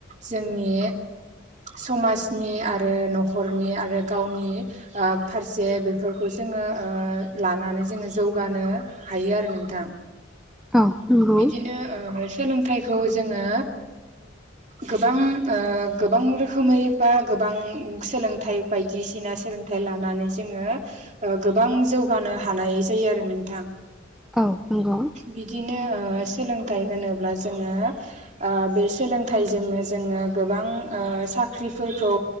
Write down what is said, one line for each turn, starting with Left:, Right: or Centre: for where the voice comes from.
Right: जोंनि समाजनि आरो न'खरनि आरो गावनि फारसे बेफोरखौ जोङो लानानै जोङो जौगानो हायो आरो नोंथां
Centre: औ नंगौ
Right: बिदिनो सोलों थाइखौ जोङो गोबां गोबां रोखोम रोखोमै बा गोबां सोलोंथाइ बायदिसिना सोलोंथाइ लानानै जोङो गोबां जौगानो हानाय जायो आरो नोंथां।
Centre: औ नंगौ
Right: बिदिनो सोलोंथाइ होनोब्ला जोङो बे सोलोंथाइजोंनो जोङो गोबां साख्रि साख्रिफोरखौ